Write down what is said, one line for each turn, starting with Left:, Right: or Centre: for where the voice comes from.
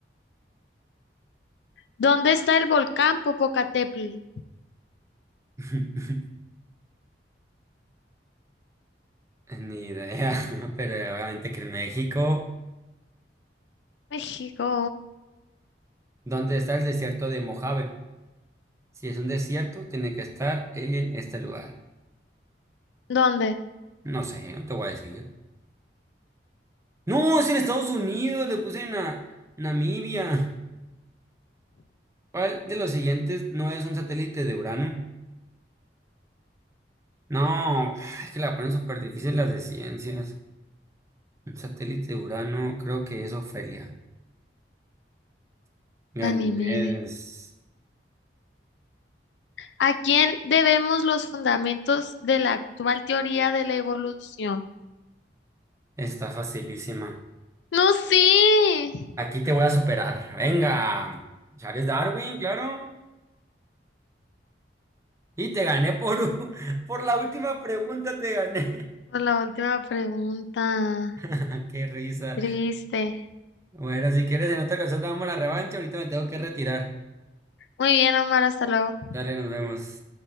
Left: ¿Dónde está el volcán Popocatépetl?
Right: <laughs> Ni idea, <laughs> pero obviamente que en México,
Left: México.
Right: ¿dónde está el desierto de Mojave? Si es un desierto, tiene que estar en este lugar.
Left: ¿Dónde?
Right: No sé, no te voy a decir. No, es en Estados Unidos, le puse en a- Namibia. ¿Cuál de los siguientes no es un satélite de Urano? No, <sighs> es que la ponen súper difícil las de ciencias. Un satélite de Urano, creo que es Ofelia. Ganimedes,
Left: Ganímede. ¿A quién debemos los fundamentos de la actual teoría de la evolución?
Right: está facilísima.
Left: No, sí.
Right: Aquí te voy a superar. Venga. Charles Darwin, claro. Y te gané por, u- <laughs> por la última pregunta, te gané.
Left: Por la última pregunta.
Right: <laughs> Qué risa.
Left: Triste.
Right: Bueno, si quieres, en otra ocasión damos la revancha. Ahorita me tengo que retirar.
Left: Muy bien, Omar, hasta luego.
Right: Dale, nos vemos.